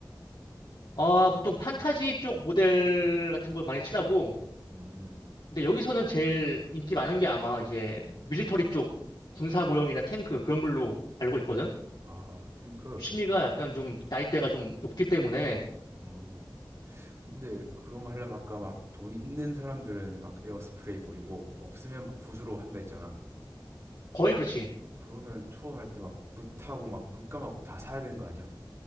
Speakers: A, on the left; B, on the right.
A: 아, 보통 판타지 쪽 모델 같은 걸 많이 칠하고
B: 음.
A: 근데 여기서는 제일 인기 많은 게 아마 이제 밀리터리 쪽 군사 모형이나 탱크 그런 걸로 알고 있거든.
B: 아, 탱크.
A: 취미가 약간 좀 나이대가 좀 높기 때문에
B: 어. 근데 그런 거 하려면 아까 막 돈 있는 사람들은 막 에어스프레이 뿌리고 없으면 막 붓으로 한다 했잖아.
A: 거의
B: 이거
A: 그렇지.
B: 그러면 처음 할 때 막 붓하고 막 물감하고 다 사야 되는 거 아니야?